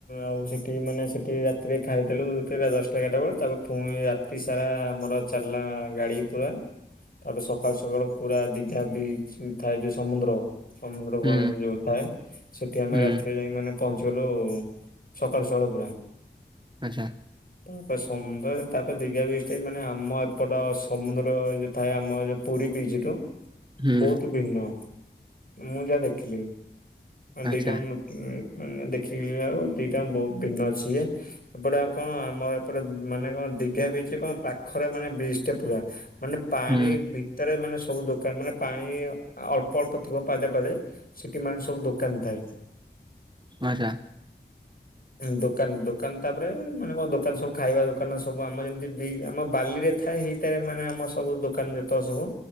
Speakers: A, on the left; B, on the right.
A: ଆଉ ସେଠି ମାନେ ସେଠି ରାତିରେ ଖାଇଦେଲୁ କେରା ଦଶଟା ଏାରଟା ବେଳୁ ତାପରେ ପୁଣି ତିସାରା ଆମର ଚାଲିଲା ଗାଡି ପୁରା। ତାପରେ ସକାଳୁ ସକାଳୁ ପୁରା ଦିଘା ବିଚ୍ ଥାଏ ଯୋଉ ସମୁଦ୍ର ସମୁଦ୍ର <unintelligible>
B: ହୁଁ
A: ଯୋଉ ଥାଏ ସେଠି ଆମେ
B: ହୁଁ
A: ରାତି ଯାଇଙ୍କି ମାନେ ପହଞ୍ଚିଗଲୁ ସକାଳୁ ସକାଳୁ ପୁରା।
B: ଆଚ୍ଛା
A: ତାପରେ ସମୁଦ୍ର ତାପରେ ଦୀଘା ବିଚ୍ ଟା ବି ମାନେ ଆମ ଏପଟ ସମୁଦ୍ର ଏ ଯୋଉ ଥାଏ ଆମ ଏ ଯଉ ପୁରୀ ବିଚ ଠୁ
B: ହୁଁ
A: ବହୁତୁ ଭିନ୍ନ ମୁଁ ଯାହା ଦେଖିଲି
B: ଆଚ୍ଛା
A: ଦିଟାଙ୍କ ନୃ ମାନେ ଦେଖିଲାଳକୁ ଆଉ ଦିଟା ବହୁତ୍ ଭିନ୍ନ ଅଛି <unintelligible> ଏପଟେ ଆଉ କଣ ଆମର ଏପଟେ ମାନେ କଣ ଦିଘା ବିଚ୍ କଣ ପାଖରେ ମାନେ ବିଚ୍ ଟା ପୁରା ମାନେ ପାଣି
B: ହୁଁ
A: ଭିତରେ ମାନେ ସବୁ ଦୋକାନରେ ମାନେ ପାଣି ଅଳ୍ପ ଅଳ୍ପ ଥିବ ପାଦେ ପାଦେ ସେଠି ମାନେ ସବୁ ଦୋକାନ୍ ଥାଏ।
B: ଆଛା।
A: ହୁଁ ଦୋକାନ୍ -ଦୋକାନ୍ ତାପରେ ମାନେ କଣ ଦୋକାନ୍ ସବୁ ଖାଇବା ଦୋକାନ ସବୁ ଆମ ଯେମିତି ବି- ଆମ ବାଲି ରେ ଥାଏ ହେଇ ଥିରେ ମାନେ ଆମର ସବୁ ଦୋକାନ ଯେତେ ସବୁ